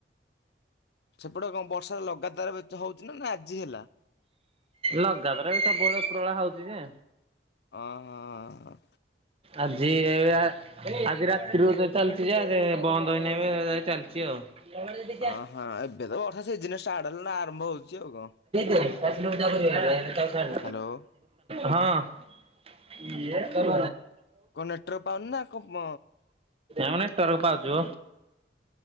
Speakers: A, on the left (about 60°); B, on the right (about 35°).
A: ସେପଟେ କଣ ବର୍ଷା ଲଗାଦାର ବେ ହୋଉଚିନା ନା ଆଜି ହେଲା।
B: ଲଗାତାରା କେତେ ସବୁବେଳେ ଉପବେଳା ହଉଛି ଯେ
A: ଓ ହଁଁ
B: ଆଜିି ଏବେ ଆଜି ରାତିରୁ ଅଧେ ଚାଲିଛି ଯେ ଆଜି ବନ୍ଦ ହେଇନି ଏବେ ଯାଇଚାଲିଛି ଆଉ ତୋମର ଯଦି
A: ଓହୋ ଏବେ ତ ବର୍ଷା ସିଜିନ ଷ୍ଟାର୍ଟ ହେଲା ନା ଆରମ୍ଭ ହଉଛି ଆଉ କଣ।
B: କିଏ
A: ହ୍ୟାଲୋ
B: <unintelligible> <unintelligible> ହଁ। <unintelligible> ନାଇଁ
A: କଣ ନେଟୱାର୍କ ପାଉନି ନା କଣ ମ
B: ମ ନେଟ୍ ୱର୍କ ପାଉଚୁ। ହ